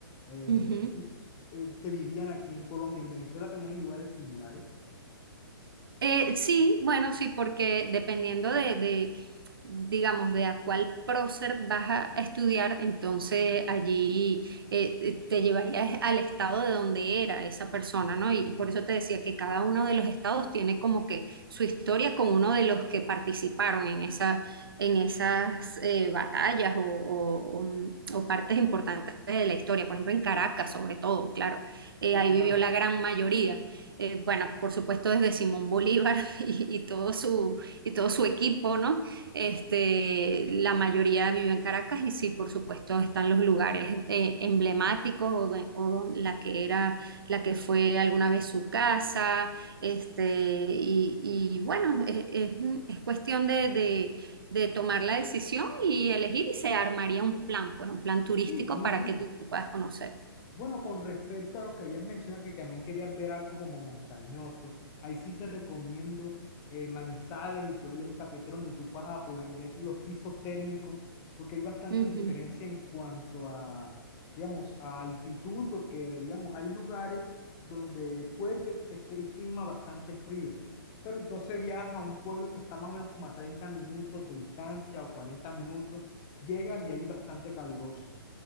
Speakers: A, on the left; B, on the right.
A: eh,
B: Ujú.
A: y- eh, que vivían aquí en Colombia, en Venezuela también hay lugares similares.
B: Eh, sí, bueno, sí, porque dependiendo de, de, digamos, de a cuál prócer vas a estudiar, entonces allí eh, eh, te llevarías al estado de donde era esa persona, ¿no? Y por eso te decía que cada uno de los estados tiene como que su historia con uno de los que participaron en esa, en esas eh, batallas o, o- o, mm, o partes importantes de la historia. Por ejemplo, en Caracas, sobre todo, claro, eh,
A: Sí,
B: ahí
A: claro.
B: vivió la gran mayoría eh, bueno, por supuesto desde Simón Bolívar <laughs> y, y todo su, y todo su equipo, ¿no? Este, la mayoría vive en Caracas y sí, por supuesto, están los lugares eh, emblemáticos o, de- o la que era, la que fue alguna vez su casa, este, y, y bueno, es, es- es cuestión de, de- de tomar la decisión y elegir y se armaría un plan, pues un plan turístico
A: Sí, muy
B: para
A: bien.
B: que tú puedas conocer.
A: Bueno, con respecto a lo que habías mencionado, que también querías ver algo como montañoso, ahí sí te recomiendo eh, Manizales y todo el eje cafetero, donde tú vas a poder ver los pisos térmicos, porque hay bastante
B: Ujú.
A: diferencia en cuanto a, digamos, a altitud, porque, digamos, hay lugares donde puede que esté el clima bastante frío, pero entonces viajas a un pueblo que está más o menos como a 30 minutos de distancia o 40 minutos, llegas y ahí bastante caluroso.